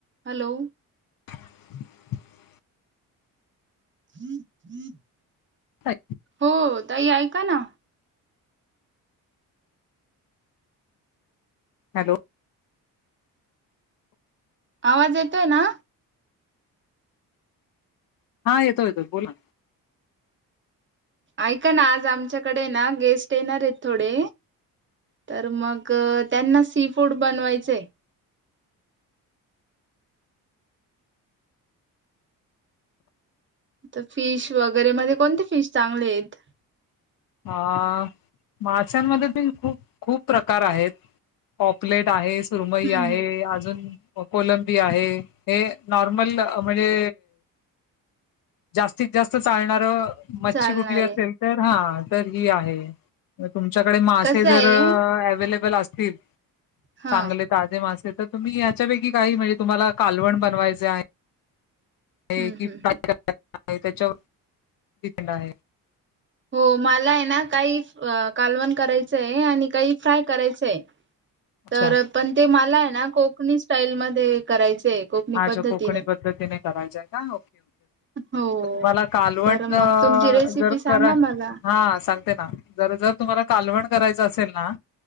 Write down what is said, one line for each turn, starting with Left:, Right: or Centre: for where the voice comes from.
Right: हॅलो
Left: <inaudible>
Right: हम्म हम्म
Left: ह
Right: हो तई ऐका ना
Left: हॅलो
Right: आवाज येतोय ना
Left: हा येतो येतो बोला
Right: ऐका ना आज आमच्याकडे ना गेस्ट येणार आहेत थोडे तर मग त्यांना सी फूड बनवायचंय तर फिश वगैरे मध्ये कोणते फिश चांगले आहेत
Left: अ माशांमध्ये पी खूप खूप प्रकार आहेत पॉकलेट आहे सुरमई
Right: हम्म
Left: आहे
Right: हम्
Left: अजून कोलंबी आहे हे नॉर्मल म्हणजे जास्तीत जास्त चालणार मच्छी
Right: चालणार
Left: कुठली असेल
Right: आहे
Left: तर हा तर ही आहे तुमच्याकडे मासे
Right: कसं
Left: जर
Right: आहे
Left: अव्लेबल असतील
Right: हा
Left: चांगले ताजे मासे तर तुम्ही याच्यापैकी काही म्हणजे तुम्हाला कालवण बनवायचे आहे किय
Right: हम्म हम्म
Left: त्याच्यावर
Right: हम्
Left: िपेंड आहे
Right: हो मला आहे ना काही कालवण करायचं आहे आणि काही फ्राय करायचं आहे
Left: अच्छा
Right: तर... पण ते मला ए ना... कोकणी स्टाईलमध्ये करायचंय कोकणी
Left: हा
Right: पद्धतीने
Left: जो कोकणी पद्धतीने करायचे ना... ओेके... ओके
Right: हो
Left: मग तुम्हाला कालवण...
Right: तर मग तुमची रेसिपी
Left: जर
Right: सांगा
Left: करा...
Right: मला
Left: हा, सांगते ना जर, जर तुम्हाला कालवण करायचं असेल ना